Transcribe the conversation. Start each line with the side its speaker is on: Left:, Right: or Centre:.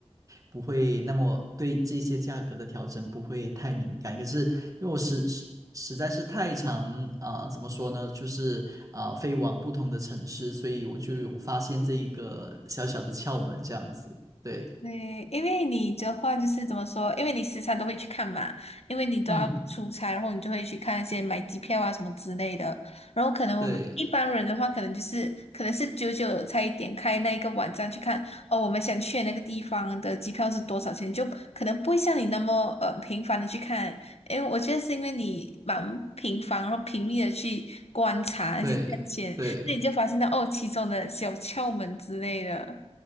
Right: 不会那么对这些价格的调整不会太敏感，可是因为我实实实在是太常啊、呃怎么说呢，就是啊、呃飞往不同的城市，所以我就有发现这一个小小的窍门这样子，对，
Left: 对，因为你的话就是怎么说？因为你时常都会去看嘛，因为你都要出差，
Right: 嗯，
Left: 然后你就会去看一些买机票啊什么之类的。然后可能我们一般人的话，
Right: 对
Left: 可能就是可能是久久才点开那一个网站去看哦，我们想去的那个地方的机票是多少钱，就可能不会像你那么呃频繁的去看。因为我觉得是因为你蛮频繁，然后频密的去观察那些价钱，
Right: 对。对
Left: 所以你就发现到哦其中的小窍门之类的